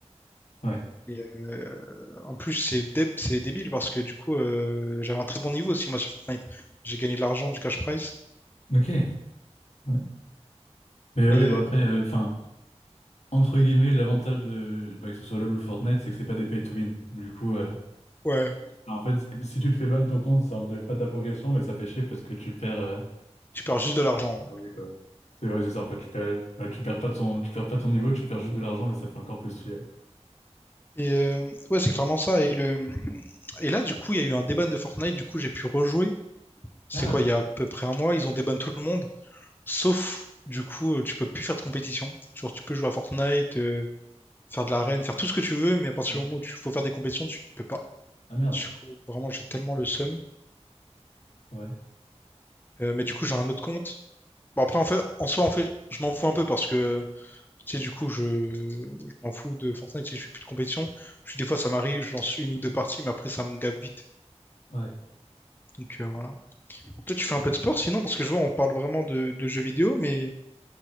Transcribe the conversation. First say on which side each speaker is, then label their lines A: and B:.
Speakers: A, on the left; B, on the left.
A: Ouais,
B: Et euh, en plus, c'est dé- c'est débile parce que du coup, euh, j'avais un très bon niveau aussi, moi, sur Fortnite. J'ai gagné de l'argent, du cash prize.
A: ok. Ouais. Mais
B: Et
A: oui, bah
B: euh,
A: après, euh, enfin, entre guillemets, l'avantage de bah, que ce soit LoL ou Fortnite, c'est que c'est pas des pay to win. Du coup, euh,
B: ouais,
A: bah, en fait, si tu te fais ban ton compte, ça enlève pas ta progression, mais ça fait chier parce que tu perds. euh,
B: tu perds juste de l'argent.
A: Perdu, quoi. C'est vrai, c'est ça, en fait, tu perds, ouais, tu perds pas ton, tu perds pas ton niveau, tu perds juste de l'argent et ça fait encore plus chier. ouais.
B: Et euh, ouais, c'est clairement ça. Et, le... et là, du coup, il y a eu un déban de Fortnite. Du coup, j'ai pu rejouer. C'est
A: Ah,
B: quoi,
A: ok.
B: il y a à peu près un mois, ils ont déban tout le monde. Sauf, du coup, euh, tu peux plus faire de compétition. Genre, tu peux jouer à Fortnite, euh, faire de l'arène, faire tout ce que tu veux, mais à partir
A: Ouais.
B: du moment où il faut faire des compétitions, tu ne peux pas.
A: Ah merde.
B: Du coup, vraiment, j'ai tellement le seum.
A: Ouais,
B: Euh, mais du coup, j'ai un autre compte. Bon, après, en fait, en soi, en fait, je m'en fous un peu parce que, tu sais, du coup, je, je m'en fous de Fortnite. Tu sais, je fais plus de compétition. Je suis, des fois, ça m'arrive, je lance une ou deux parties, mais après, ça me gave vite.
A: ouais.
B: Donc, euh, voilà. Toi, tu fais un peu de sport sinon, parce que je vois, on parle vraiment de, de jeux vidéo, mais.